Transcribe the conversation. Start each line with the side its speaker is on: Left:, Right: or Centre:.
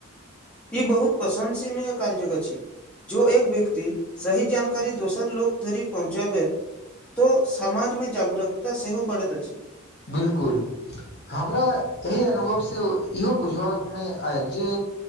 Centre: ई बहुत प्रशंसनीय कार्य अछि जो एक व ती सही जानकारी दोसर लोको धरि पहुँची चब तो समाजमे जागरूकता सेहो बढ़ैत अछि।
Left: बिल्कुल हमरा एहि अनुभव से इहो बुझबामे आयल जे